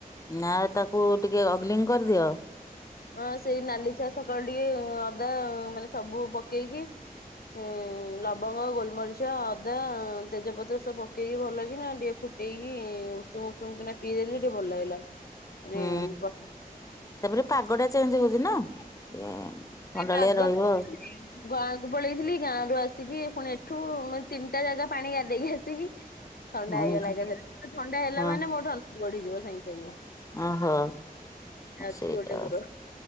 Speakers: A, on the left; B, on the left.
A: ନା ତାକୁ ଟିକେ ଅଗ୍ଲିଙ୍ଗ କରିଦିଅ।
B: ହଁ ସେଇ ନାଲି ଚାଷ କଳ ଟିକେ ଅଦା ମାନେ ସବୁ ପକେଇକି ଉ ଲବଙ୍ଗ ଗୋଲମରିଚ ଅଦା ତେଜପତ୍ର ସବୁ ପକେଇକି ଭଲ କିନା ଟେ ଫୁ ଫୁଟେଇକି ଉଷୁମ ଉଷୁମ କିନା ପିଇଦେଲେ ସେ ଟିକେ ଭଲ ଲାଗିଲା। ମାନେ
A: ହୁଁ
B: ଗ
A: ତାପରେ ପାଗ ଟା ଚେଞ୍ଜ ହଉଛି ନା। ଏ ଥଣ୍ଡାଳିଆ
B: ପାଗ
A: ରହିବ ଆଉ।
B: ଗାଁକୁ ପଳେଇଥିଲି ଗାଁରୁ ଆସିକି ପୁଣି ଏଠୁ ତିନିଟା ଜାଗା ପାଣି ଗାଧେଇକି ଆସିକି ଥଣ୍ଡା
A: ହୁଁ
B: ହେଇଗଲା ଲାଗା ଥଣ୍ଡା ହେଲା
A: ହଁ
B: ମାନେ ମୋ ଟନସିଲ୍ ବଢିଯିବ ସାଙ୍ଗେ ସାଙ୍ଗେ।
A: ଓହୋ
B: ଅଛି
A: ସେଇଟା
B: ଗୋଟେ ମୋର